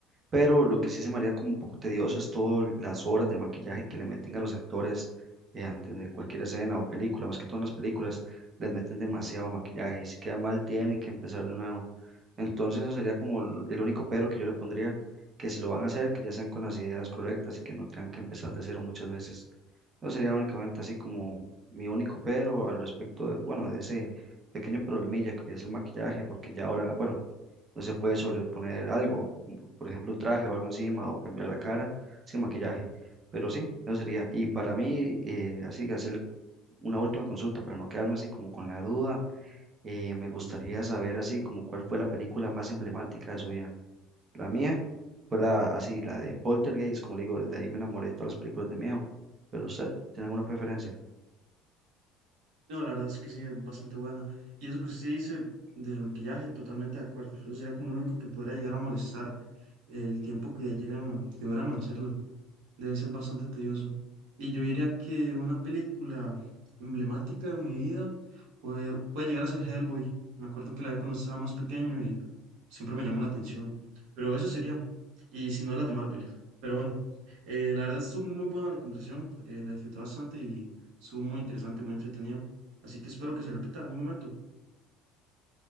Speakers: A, on the right; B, on the right.
A: pero lo que sí se me haría como un poco tedioso es todas las horas de maquillaje que le meten a los actores eh, antes de cualquier escena o película, más que todas las películas, les meten demasiado maquillaje y si queda mal tienen que empezar de nuevo. Entonces eso sería como el el único pero que yo le pondría, que si lo van a hacer, que ya sean con las ideas correctas y que no tengan que empezar de cero muchas veces. Eso sería únicamente así como mi único pero al respecto de, bueno, de ese pequeño problemilla que es el maquillaje, porque ya ahora, bueno. No se puede sobreponer algo, como por ejemplo un traje o algo encima o cambiar la cara sin maquillaje. Pero sí, eso sería. Y para mí, eh, así, hacerle una última consulta para no quedarme así como con la duda, eh, me gustaría saber así como cuál fue la película más emblemática de su vida. La mía fue la, así, la de Poltergeist, como le digo, desde ahí me enamoré de todas las películas de miedo. Pero usted, ¿tiene alguna preferencia?
B: No, la verdad es que sí, es bastante buena. Y eso que usted dice del maquillaje, totalmente de acuerdo. Eso sería como lo único que podría llegar a molestar el tiempo que llegan, que duran en hacerlo. Debe ser bastante tedioso. Y yo diría que una película emblemática de mi vida puede, puede llegar a ser Hellboy. Me acuerdo que la vi cuando estaba más pequeño Siempre me llamó la atención. Pero eso sería. Y si no, las de Marvel. Pero bueno, eh, la verdad estuvo muy buena la conversación. eh, la disfruté bastante y estuvo muy interesante, muy entretenida. Así que espero que se repita en algún momento.